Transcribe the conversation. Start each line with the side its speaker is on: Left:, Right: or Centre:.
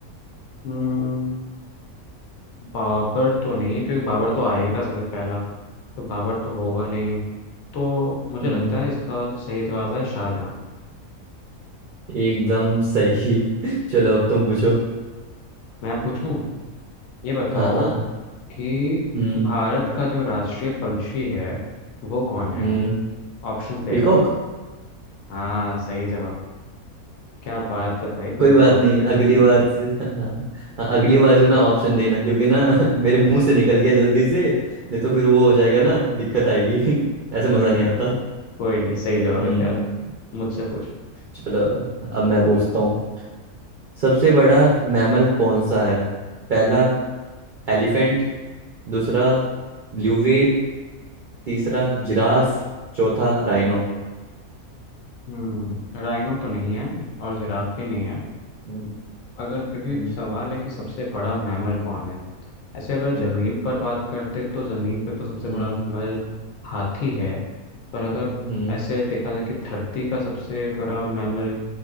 Left: हम्म, बाबर तो नहीं है क्योंकि बाबर तो आया ही था सबसे पहला तो बाबर तो होगा नहीं तो मुझे
Right: हम्म
Left: लगता है इसका सही जवाब है शाहजहाँ
Right: एकदम सही <laughs> चलो अब तुम पूछो
Left: मैं पूछूं ये बताओ
Right: हाँ हाँ
Left: कि
Right: हम्म
Left: भारत का जो राष्ट्रीय पंछी है वो कौन है
Right: हम्म
Left: ऑप्शन दे
Right: पीकॉक
Left: रहा हूँ हाँ सही जवाब क्या बात है भाई तुझे
Right: कोई बात
Left: तो आप
Right: नहीं
Left: क्या करती
Right: अगली
Left: है
Right: बार से <laughs> हाँ हाँ अगली बार से ना ऑप्शन देना क्योंकि ना <laughs> मेरे मुंह से निकल गया जल्दी से नहीं तो फिर वो हो जाएगा ना दिक्कत आएगी <laughs> ऐसे मजा
Left: कोई नहीं
Right: नहीं आता
Left: कोई नहीं सही जवाब
Right: हम्म
Left: है तेरा मुझसे पूछ
Right: चलो अब मैं पूछता हूँ सबसे बड़ा मैमल कौन सा है पहला एलिफेंट दूसरा ब्लू व्हेल तीसरा जिराफ चौथा राइनो
Left: हम्म राइनो तो नहीं है और जिराफ भी नहीं है
Right: हम्म
Left: अगर क्योंकि
Right: हम्म।
Left: सवाल है कि सबसे बड़ा मैमल कौन है ऐसे अगर
Right: हम्म
Left: जमीन पर बात करते तो जमीन पे तो सबसे
Right: हम्म
Left: बड़ा मैमल हाथी है पर अगर
Right: हम्म,
Left: ऐसे देखा जाए कि धरती का सबसे बड़ा मैमल